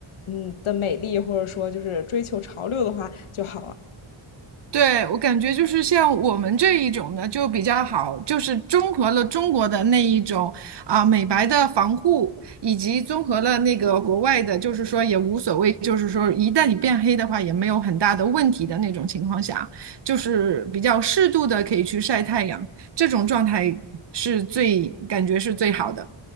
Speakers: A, on the left; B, on the right.
A: 嗯的美丽，或者说就是追求潮流的话就好了。
B: 对，我感觉就是像我们这一种呢，就比较好，就是综合了中国的那一种啊、美白的防护，以及综合了那个国外的，就是说也无所谓，就是说一旦你变黑的话也没有很大的问题的那种情况下，就是比较适度的可以去晒太阳，这种状态是最感觉是最好的。